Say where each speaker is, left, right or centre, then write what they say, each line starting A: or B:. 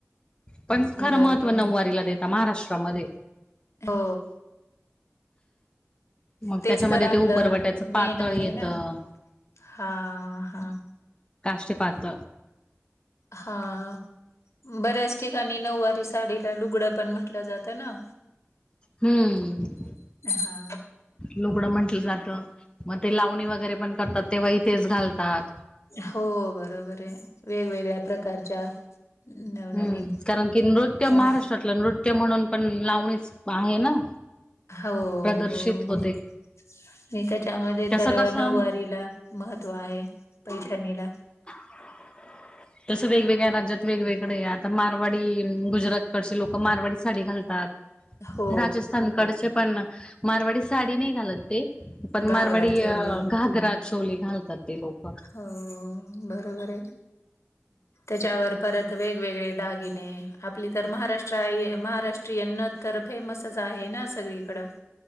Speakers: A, on the left (about 20°); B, on the left (about 85°).
A: पण खरं
B: बरोबर
A: महत्त्व नऊवारीला देता महाराष्ट्रामध्ये.
B: हो.
A: मग
B: तेच
A: त्याच्यामध्ये
B: तर आपलं
A: ते उपरवट्याचं पातळ
B: मेन आहे
A: येतं
B: ना. हा हा.
A: राष्ट्रपात.
B: हा, बऱ्याच ठिकाणी नऊवारी साडीला लुगडं पण म्हटलं जातं ना.
A: हम्म.
B: हा
A: लुगडं म्हंटलं जातं मग ते लावणी वगैरे पण करतात तेव्हाही थेच घालतात.
B: हो बरोबर आहे, वेगवेगळ्या प्रकारच्या. नवनवीन
A: हम्म कारण कि नृत्य महाराष्ट्रातलं
B: घा
A: नृत्य म्हणून पण लावणीच आहे ना.
B: हो
A: प्रदर्शित
B: हो
A: होते
B: हो. आणि त्याच्यामध्ये
A: त्याचं
B: तर
A: कसं
B: नऊवारीला महत्व आहे पैचानीला.
A: <inaudible> तसं वेगवेगळ्या राज्यात वेगवेगळ्या डे, आता मारवाडी गुजरात कडचे लोक मारवाडी साडी घालतात.
B: हो
A: राजस्थानकडचे पण मारवाडी साडी नाही घालत ते. पण
B: घागरा
A: मारवाडी
B: चोली
A: अ घागरा, चोली घालतात ते लोक.
B: हो बरोबर आहे. त्याच्यावर परत वेगवेगळे दागिने, आपली तर महाराष्ट्र महाराष्ट्रीयन तर फेमसच आहे ना सगळीकडं.